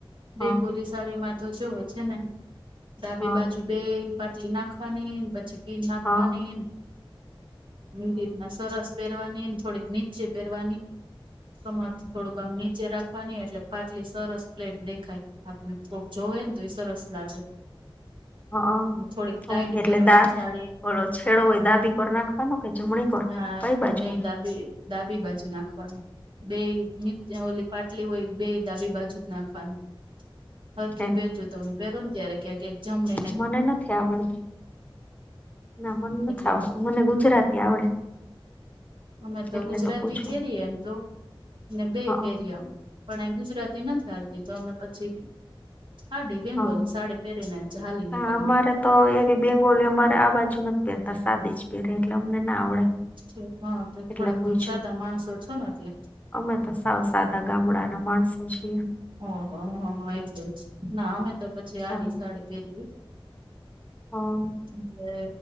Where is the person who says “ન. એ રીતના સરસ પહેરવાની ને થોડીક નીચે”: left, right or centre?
Right